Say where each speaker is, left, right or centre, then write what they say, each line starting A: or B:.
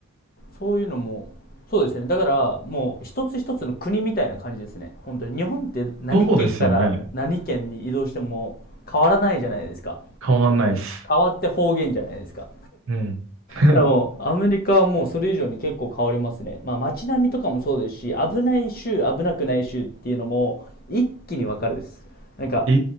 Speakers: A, on the left; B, on the right.
A: そういうのも、そうですね。だからもう一つ一つの国みたいな感じですね。本当に。日本って何県から何県に移動しても変わらないじゃないですか。
B: そうですよね。変わんないっす。
A: 変わって方言じゃないですか。
B: うん。<laughs>
A: でも、アメリカはもうそれ以上に結構変わりますね。まあ街並みとかもそうですし、危ない州、危なくない州っていうのも一気にわかるです。なんか、
B: え